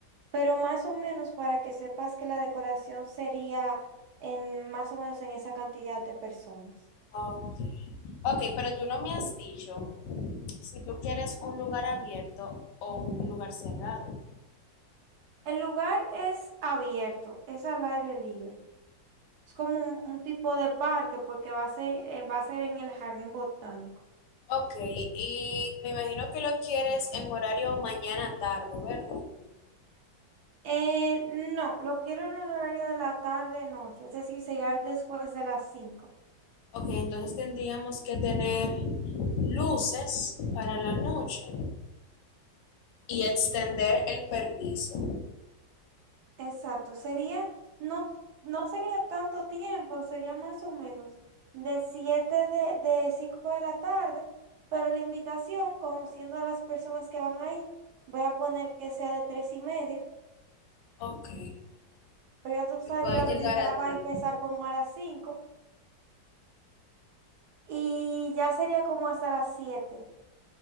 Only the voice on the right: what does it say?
pero más o menos para que sepas que la decoración sería en más o menos en esa cantidad de personas.
El lugar es abierto, es al aire libre. Es como un, un tipo de parque porque va a ser, eh, va a ser en el jardín botánico.
Eh, no, lo quiero en el horario de la tarde-noche, es decir, sería después de las cinco
Exacto, sería, no, no sería tanto tiempo, sería más o menos de siete de, de 5 de la tarde, pero la invitación, conociendo a las personas que van ahí, voy a poner que sea de 3 y media,
pero ya tú sabes
que la actividad
va a empezar como a las cinco Y ya sería como hasta las siete